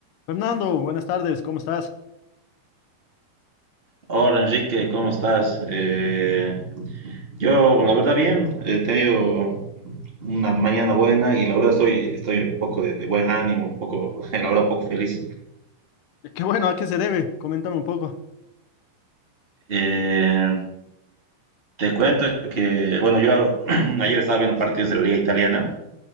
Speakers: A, on the left; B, on the right.
A: Fernando, buenas tardes, ¿cómo estás?
B: Hola Enrique, ¿cómo estás? Eh, yo, la verdad, bien, he tenido una mañana buena y la verdad estoy, estoy un poco de, de buen ánimo, un poco, <laughs> la verdad, un poco feliz.
A: Eh, Qué bueno, ¿a qué se debe? Coméntame un poco.
B: Eh, te cuento que, bueno, yo <clears throat> ayer estaba viendo partidos de la Liga Italiana,